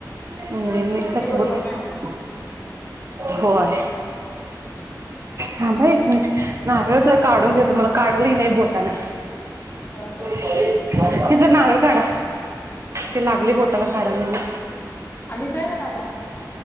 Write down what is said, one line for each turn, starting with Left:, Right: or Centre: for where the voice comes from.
Right: नाही नाही तसं
Left: ते बरोबर
Right: होतं.
Left: नाही वाटत
Right: होय. थांब आ एक मिनिट नारळ तर काढून घेतो मला काढायला येईना या बोटानं.
Left: बर बर.
Right: हे जरा नारळ काढा. ते लागलंय बोटाला काढायला येईना.
Left: आलीत होय ग दादा